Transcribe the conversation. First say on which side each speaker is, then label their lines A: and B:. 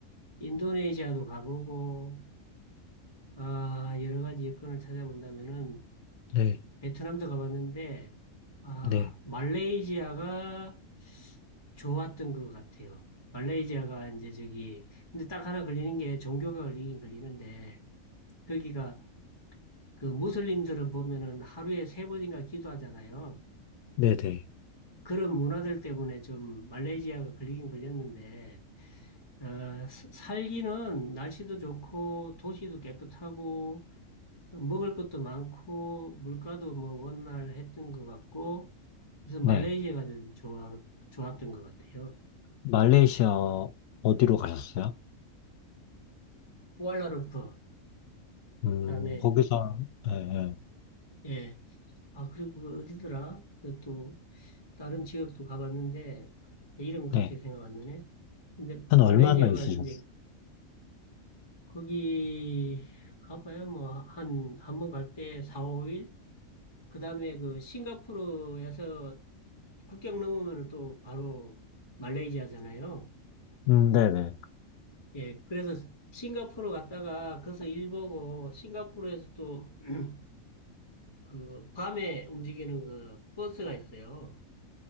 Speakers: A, on the left; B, on the left.
A: 인도네시아도 가보고 아, 여러 가지 여건을 찾아본다면은
B: 네,
A: 베트남도 가봤는데 아,
B: 네,
A: 말레이시아가 좋았던 것 같아요. 말레이시아가 이제 저기 근데 딱 하나 걸리는 게 종교가 걸리긴 걸리는데 거기가 그 무슬림들은 보면은 하루에 세 번인가 기도하잖아요.
B: 네, 네.
A: 그런 문화들 때문에 좀 말레이시아가 걸리긴 걸렸는데 어, 사- 살기는 날씨도 좋고 도시도 깨끗하고 먹을 것도 많고 물가도 뭐 원활 했던 것 같고 그래서 말레이시아가
B: 네.
A: 좀 좋아, 좋았던 것 같아요.
B: 말레이시아 어디로 가셨어요?
A: 쿠알라룸푸
B: 음,
A: 그다음에
B: 거기서, 예, 예,
A: 예. 아 그리고 그 어디더라? 그또 다른 지역도 가봤는데 이름은 갑자기
B: 네.
A: 생각 안 나네. 근데
B: 한
A: 말레이시아가
B: 얼마나 있으셨어요?
A: 이제 거기 가봐야 뭐 한 한번 갈 때 4, 5일 그다음에 그 싱가포르에서 국경 넘으면 또 바로 말레이시아잖아요.
B: 음, 네네.
A: 예, 그래서 싱가포르 갔다가 거기서 일 보고 싱가포르에서 또 <clears throat> 그 밤에 움직이는 그 버스가 있어요.